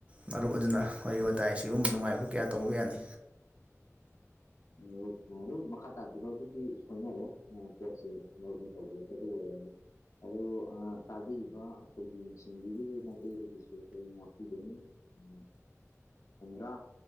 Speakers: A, on the right; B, on the left.
A: ꯃꯔꯨꯞ ꯑꯗꯨꯅ ꯋꯥꯔꯤ ꯋꯥꯇꯥꯏ ꯁꯤꯒꯨꯝꯕ ꯅꯨꯡꯉꯥꯏꯕ ꯀꯌꯥ ꯇꯧꯕ ꯌꯥꯅꯤ
B: ꯃꯔꯨꯞ ꯑꯗꯨꯝ ꯃꯈꯥ ꯇꯥꯕꯤꯔꯛꯑꯣ ꯑꯗꯨꯗꯤ ꯁꯣꯏꯅꯔꯦ ꯄꯣꯠꯁꯦ ꯃꯔꯨꯞꯅ ꯇꯧꯕꯤꯔꯛꯄꯗ ꯑꯣꯏꯔꯝꯃꯦ ꯑꯗꯨꯕꯨ ꯇꯥꯕꯤꯔꯤꯕ ꯑꯩꯈꯣꯏꯒꯤ ꯌꯦꯡꯁꯤꯟꯕꯤꯔꯤꯕ ꯃꯥꯏꯀꯩꯗꯒꯤꯁꯨ ꯑꯩꯈꯣꯏ ꯉꯥꯛꯄꯤꯒꯅꯤ ꯎꯝ ꯍꯨꯝꯗ꯭ꯔꯥ